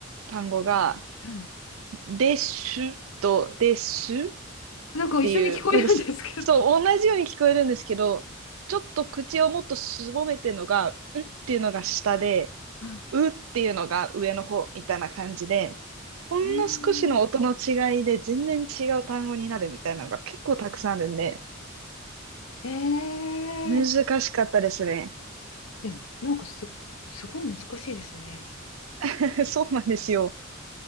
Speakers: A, on the right (about 85°); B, on the left (about 80°).
A: 単語が、
B: うん
A: ですと、です。っ
B: なんか一緒に聞こえるんですけど。
A: ていう、なんかす、そう、同じように聞こえるんですけど、ちょっと口をもっとすぼめてるのが、うっていうのが下で、
B: は
A: うっていうのが上の方みたいな感じで、ほんの少しの音の違いで全然違う単語になるみたいなのが結構たくさんあるんで、
B: いえー、えー、
A: 難しかったですね。
B: え、なんかす、すごい難しいですね。
A: <laughs> そうなんですよ。